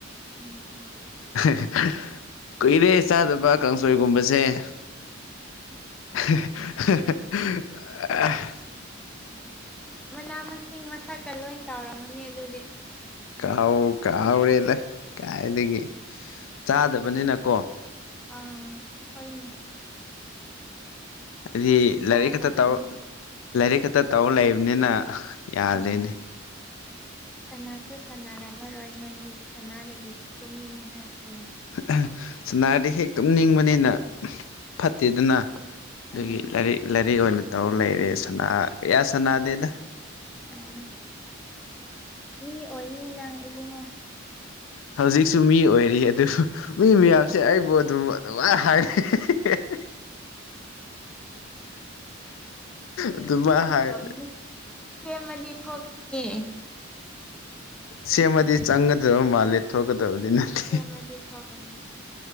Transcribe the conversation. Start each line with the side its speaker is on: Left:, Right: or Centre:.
Centre: ꯎꯝ
Left: ꯑꯍ ꯍ ꯀꯨꯏꯔꯦ ꯆꯥꯗꯕ ꯀꯥꯡꯁꯣꯏꯒꯨꯝꯕꯁꯦ ꯍ ꯍ ꯍꯍ ꯑꯥ
Centre: ꯃꯅꯥ ꯃꯁꯤꯡ ꯃꯁꯛꯀ ꯂꯣꯏ ꯀꯥꯎꯔꯝꯃꯅꯤ ꯑꯗꯨꯗꯤ
Left: ꯀꯥꯎ ꯀꯥꯎꯔꯦꯗ ꯀꯥꯏꯗꯒꯤ ꯆꯥꯗꯕꯅꯤꯅ ꯀꯣ
Centre: ꯑꯥ ꯍꯣꯏꯅꯦ
Left: ꯑꯩꯗꯤ
Centre: ꯆꯥꯗꯕꯅꯤꯅ
Left: ꯂꯥꯏꯔꯤꯛ ꯈꯛꯇ ꯇꯧ ꯂꯥꯏꯔꯤꯛ ꯈꯛꯇ ꯇꯧꯔ ꯂꯩꯕꯅꯤꯅ ꯌꯥꯗ꯭ꯔꯦꯅꯦ
Centre: ꯎꯝ ꯁꯅꯥꯁꯨ ꯁꯅꯥꯔꯝꯃꯔꯣꯏ ꯅꯣꯏꯒꯤ ꯁꯥꯅꯥꯔꯗꯤ ꯇꯨꯝꯅꯤꯡꯉꯤ ꯍꯥꯏꯕꯅꯤꯅ
Left: ꯑ ꯁꯅꯥꯔꯗꯤ ꯍꯦꯛ ꯇꯨꯝꯅꯤꯡꯕꯅꯤꯅ ꯐꯠꯇꯦꯗꯅ
Centre: ꯑꯗꯨꯅꯤ
Left: ꯑꯗꯨꯒꯤ
Centre: ꯑꯥ
Left: ꯂꯥꯏꯔꯤꯛ ꯂꯥꯏꯔꯤꯛ ꯑꯣꯏꯅ ꯇꯧꯔ ꯂꯩꯔꯦ ꯁꯅꯥ ꯀꯌꯥ ꯁꯅꯥꯗꯦꯗ
Centre: ꯑ ꯃꯤ ꯑꯣꯏꯅꯤ ꯅꯪ ꯏꯕꯨꯡꯉꯣ
Left: ꯍ ꯍꯧꯖꯤꯛꯁꯨ ꯃꯤ ꯑꯣꯏꯔꯤ ꯑꯗꯨ ꯃꯤ ꯃꯌꯥꯝꯁꯦ ꯑꯩꯕꯨ ꯑꯗꯨꯝ ꯑꯗꯨꯃꯥꯏ ꯍꯥꯏ ꯍꯦ ꯍꯦ ꯍꯦ ꯍꯦ
Centre: ꯃꯤ
Left: ꯑꯗꯨꯃꯥꯏ
Centre: ꯃꯤ
Left: ꯍꯥꯏꯅꯦ
Centre: ꯑꯣꯏꯅꯤ ꯁꯦꯝꯃꯗꯤ ꯊꯣꯛ ꯏ
Left: ꯁꯦꯝꯃꯗꯤ ꯆꯪꯒꯗꯕ ꯃꯥꯜꯂꯦ ꯊꯣꯛꯀꯗꯕꯗꯤ
Centre: ꯑꯥ
Left: ꯅꯠꯇꯦ
Centre: ꯁꯦꯝꯃꯗꯤ ꯊꯣꯛꯀꯅꯤ